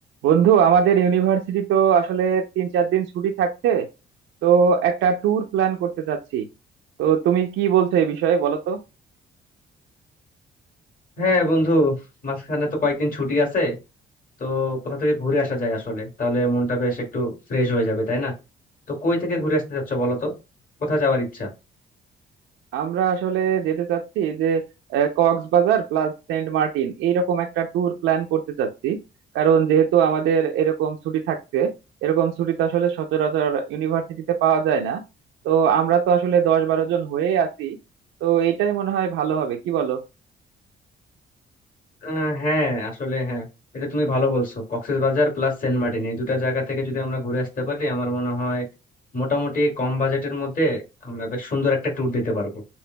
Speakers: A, on the right (about 85°); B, on the left (about 45°).
A: বন্ধু আমাদের ইউনিভার্সিটি তো আসলে তিন চার দিন ছুটি থাকছে তো একটা ট্যুর প্ল্যান করতে চাচ্ছি তো তুমি কি বলছো এই বিষয়ে বলো তো
B: হ্যাঁ বন্ধু মাঝখানে তো কয়েকদিন ছুটি আছে তো কোথা থেকে ঘুরে আসা যায় আসলে তাহলে মনটা বেশ একটু ফ্রেশ হয়ে যাবে তাই না তো কই থেকে ঘুরে আসতে চাচ্ছ বলো তো কোথায় যাওয়ার ইচ্ছা
A: আমরা আসলে যেতে চাচ্ছি যে আহ, কক্সবাজার প্লাস সেন্ট মার্টিন এইরকম একটা ট্যুর প্ল্যান করতে চাচ্ছি কারণ যেহেতু আমাদের এরকম ছুটি থাকছে এরকম ছুটি তো আসলে সচরাচর ইউনিভার্সিটিতে পাওয়া যায় না তো আমরা তো আসলে দশ বারো জন হয়ে আছি তো এটাই মনে হয় ভালো হবে কি বলো
B: আহ, হ্যাঁ আসলে হ্যাঁ এটা তুমি ভালো বলছো কক্সবাজার প্লাস সেন্ট মার্টিন এই দুটা জায়গা থেকে যদি আমরা ঘুরে আসতে পারি আমার মনে হয় মোটামুটি কম বাজেটের মধ্যে আমরা বেশ সুন্দর একটা ট্যুর দিতে পারবো